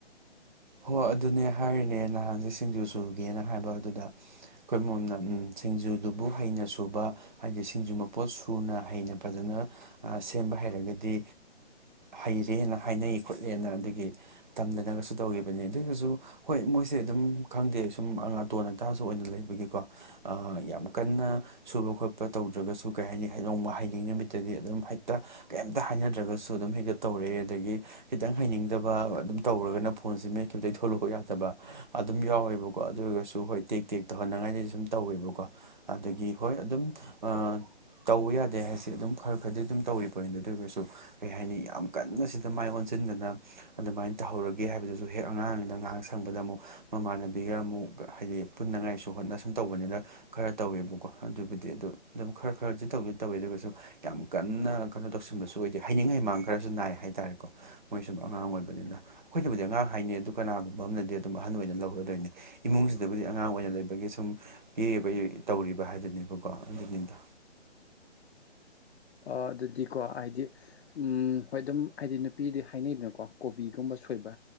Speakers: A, on the right (about 45°); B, on the left (about 65°).
A: ꯍꯣꯏ ꯑꯗꯨꯅꯦ ꯍꯥꯏꯔꯤꯅꯦ ꯅꯍꯥꯟꯁꯦ ꯁꯤꯡꯖꯨ ꯆꯨꯒꯦꯅ ꯍꯥꯏꯕ ꯑꯗꯨꯗ ꯑꯩꯈꯣꯏ ꯃꯣꯝꯅ ꯁꯤꯡꯖꯨꯗꯨꯕꯨ ꯍꯩꯅ ꯁꯨꯕ ꯍꯥꯏꯗꯤ ꯁꯤꯡꯖꯨꯕ ꯄꯣꯠ ꯁꯨꯅ ꯍꯩꯅ ꯐꯖꯅ ꯁꯦꯝꯕ ꯍꯩꯔꯒꯗꯤ ꯍꯩꯔꯦꯅ ꯍꯥꯏꯅꯩ ꯈꯣꯠꯂꯦꯅ ꯑꯗꯨꯒꯤ ꯇꯝꯅꯔꯒꯁꯨ ꯇꯧꯈꯤꯕꯅꯤ ꯑꯗꯨꯁꯨ ꯍꯣꯏ ꯃꯣꯏꯁꯦ ꯑꯗꯨꯝ ꯈꯪꯗꯦ ꯁꯨꯝ ꯑꯥꯡ ꯑꯇꯣꯟ ꯉꯇꯥꯁꯨ ꯑꯣꯏꯅ ꯂꯩꯕꯒꯤꯀꯣ ꯌꯥꯝ ꯀꯟꯅ ꯁꯨꯕ ꯈꯣꯠꯄ ꯇꯧꯗ꯭ꯔꯒꯁꯨ ꯀꯩ ꯍꯥꯏꯅꯤ ꯅꯣꯡꯃ ꯍꯩꯅꯤꯡ ꯅꯨꯃꯤꯠꯇꯗꯤ ꯑꯗꯨꯝ ꯍꯦꯛꯇ ꯀꯩꯝꯇ ꯍꯥꯏꯅꯗ꯭ꯔꯒꯁꯨ ꯑꯗꯨꯝ ꯍꯦꯛꯇ ꯇꯧꯔꯛꯑꯦ ꯑꯗꯒꯤ ꯈꯤꯇꯪ ꯍꯩꯅꯤꯡꯗꯕ ꯑꯗꯨꯝ ꯇꯧꯔꯒꯅ ꯐꯣꯟꯁꯦ ꯃꯦꯛ ꯈꯤꯝꯇꯩ ꯊꯣꯛꯂꯛꯄ ꯌꯥꯗꯕ ꯑꯗꯨꯝ ꯌꯥꯎꯋꯦꯕꯀꯣ ꯑꯗꯨꯔꯒꯁꯨ ꯍꯣꯏ ꯇꯦꯛ ꯇꯦꯛ ꯇꯧꯍꯟꯅꯅꯤꯡꯉꯥꯏꯗ ꯁꯨꯝ ꯇꯧꯋꯦꯕꯀꯣ ꯑꯗꯒꯤ ꯍꯣꯏ ꯑꯗꯨꯝ ꯑ ꯇꯧ ꯌꯥꯗꯦ ꯍꯥꯏꯁ ꯑꯗꯨꯝ ꯈꯔ ꯈꯔꯗꯤ ꯑꯗꯨꯝ ꯇꯧꯔꯤꯕꯅꯤ ꯑꯗꯨ ꯑꯣꯏꯔꯒꯁꯨ ꯀꯩ ꯍꯥꯏꯅꯤ ꯌꯥꯝ ꯀꯟꯅ ꯁꯤꯗ ꯃꯥꯏ ꯑꯣꯟꯁꯤꯟꯗꯅ ꯑꯗꯨꯃꯥꯏꯅ ꯇꯧꯍꯧꯔꯒ ꯍꯥꯏꯕꯗꯨꯁꯨ ꯍꯦꯛ ꯑꯉꯥꯡꯅꯤꯅ ꯉꯥꯏꯍꯥꯛ ꯁꯪꯕꯗ ꯑꯃꯨꯛ ꯃꯃꯥꯟꯅꯕꯤꯒ ꯑꯃꯨꯛ ꯍꯥꯏꯗꯤ ꯄꯨꯟꯅꯉꯥꯏꯁꯨ ꯍꯣꯠꯅ ꯁꯨꯝ ꯇꯧꯕꯅꯤꯅ ꯈꯔ ꯇꯧꯋꯦꯕꯀꯣ ꯑꯗꯨꯕꯨꯗꯤ ꯑꯗꯨ ꯑꯗꯨꯝ ꯈꯔ ꯈꯔꯗꯤ ꯇꯧꯗꯤ ꯇꯧꯋꯦ ꯑꯗꯨꯒꯁꯨ ꯌꯥꯝ ꯀꯟꯅ ꯀꯩꯅꯣ ꯇꯧꯁꯤꯟꯕꯁꯨ ꯑꯣꯏꯗꯦ ꯍꯥꯏꯩꯅꯤꯡ ꯍꯩꯃꯥꯡ ꯈꯔꯁꯨ ꯅꯥꯏ ꯍꯥꯏ ꯇꯥꯔꯦꯀꯣ ꯃꯣꯏ ꯁꯨꯝ ꯑꯉꯥꯡ ꯑꯣꯏꯕꯅꯤꯅ ꯑꯩꯈꯣꯏꯅꯕꯨꯗꯤ ꯑꯉꯥꯡ ꯍꯥꯏꯅꯤꯩ ꯑꯗꯨ ꯀꯅꯥꯒꯨꯝꯕ ꯑꯃꯅꯗꯤ ꯑꯗꯨꯝ ꯑꯍꯟ ꯑꯣꯏꯅ ꯂꯧꯔꯗꯣꯏꯅꯤ ꯏꯃꯨꯡꯁꯤꯗꯕꯨꯗꯤ ꯑꯉꯥꯡ ꯑꯣꯏꯅ ꯂꯩꯕꯒꯤ ꯁꯨꯝ ꯄꯦꯕ ꯇꯧꯔꯤꯕ ꯍꯥꯏꯗꯨꯅꯦꯕꯀꯣ ꯑꯗꯨꯅꯤꯗ
B: ꯑꯗꯨꯗꯤꯀꯣ ꯍꯥꯏꯗꯤ ꯎꯝ ꯍꯣꯏ ꯑꯗꯨꯝ ꯍꯥꯏꯗꯤ ꯅꯨꯄꯤꯗꯤ ꯍꯥꯏꯅꯩꯗꯅꯀꯣ ꯀꯣꯕꯤꯒꯨꯝꯕ ꯁꯣꯏꯕ